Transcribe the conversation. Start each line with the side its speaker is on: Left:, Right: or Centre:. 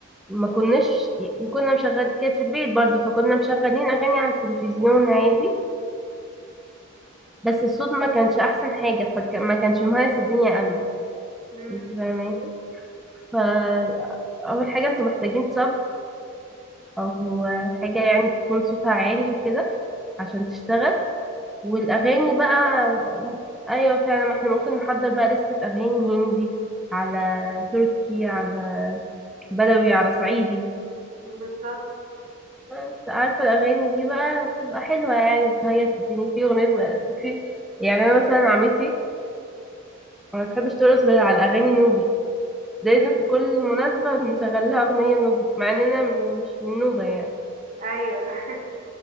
Centre: ما كناش ما كنا مشغل كانت في البيت برضه فكنا مشغلين أغاني على التلفزيون عادي بس الصوت ما كانش أحسن حاجة فما كانش مهيص الدنيا أوي
Right: مم،
Centre: أنت فاهماني فأول حاجة أنتوا محتاجين صب أو حاجة يعني تكون صوتها عالي وكده عشان تشتغل والاغاني بقى ايوه فعلا ما احنا ممكن نحضر بقى لستة اغاني هندي على تركي على بدوي على صعيدي
Right: بالظبط
Centre: بس عارفة الاغاني دي بقى بتبقى حلوة يعني بتهيص الدنيا في اغنية بقى- في يعني انا مثلا عمتي ما بتحبش ترقص غير على اغاني نوبي ده لازم
Right: مم،
Centre: في كل مناسبة نشغل لها اغنية نوبي مع ان انا مش من نوبة يعني
Right: ايوه <laughs>